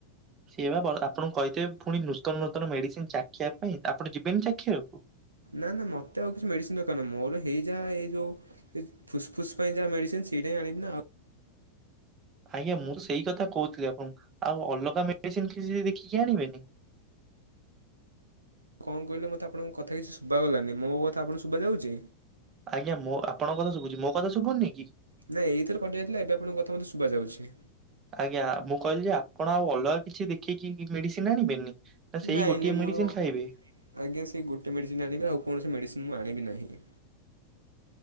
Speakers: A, on the right (about 25°); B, on the right (about 85°).
A: ସେଇ ବା ଆପଣଙ୍କୁ କହିଥିବେ ପୁଣି ନୂତନ ନୂତନ ମେଡ଼ିସିନ୍ ଚାଖିବା ପାଇଁ ଆପଣ ଯିବେନି ଚାଖିବାକୁ?
B: ନାଁ ନାଁ ମତେ ଆଉ କିଛି ମେଡ଼ିସିନ୍ ଦରକାର ନୁହଁ ମୋର ହେଇ ଯା ଏଇ ଯୋଉ ସେ ଫୁସ୍ ଫୁସ୍ ପାଇଁ ଯାହା ମେଡିସିନ୍ ସେଇଟା ହିଁ ଆଣିବି ନା ଆଉ
A: ଆଜ୍ଞା ମୁଁ ସେଇ କଥା କହୁଥିଲି ଆପଣଙ୍କୁ ଆଉ ଅଲଗା ମେଡିସିନ କିଛି ଦେଖିକି ଆଣିବେନି?
B: କଣ କହିଲେ ମତେ ଆପଣ କଥା କିଛି ଶୁଭା ଗଲାନି ମୋ କଥା ଆପଣଙ୍କୁ ଶୁଭା ଯାଉଛି?
A: ଆଜ୍ଞା ମୋ ଆପଣଙ୍କ କଥା ଶୁଭୁଛି ମୋ କଥା ଶୁଭୁନି କି?
B: ନାଇଁ ଏଇଥର କଟି ଯାଇଥିଲା ଏବେ ଆପଣଙ୍କ କଥା ମତେ ଶୁଭା ଯାଉଛି।
A: ଆଜ୍ଞା ମୁଁ କହିଲି ଯେ ଆପଣ ଆଉ ଅଲଗା କିଛି ଦେଖିକି ମେଡ଼ିସିନ୍ ଆଣିବେନି? ନା ସେଇ
B: ନାଇଁ
A: ଗୋଟିଏ
B: ନାଇଁ ମୋର
A: ମେଡ଼ିସିନ୍ ଖାଇବେ?
B: ଆଜ୍ଞା ସେଇ ଗୋଟେ ମେଡ଼ିସିନ୍ ଆଣିବି ଆଉ କୌଣସି ମେଡ଼ିସିନ୍ ମୁଁ ଆଣିବି ନାହିଁ।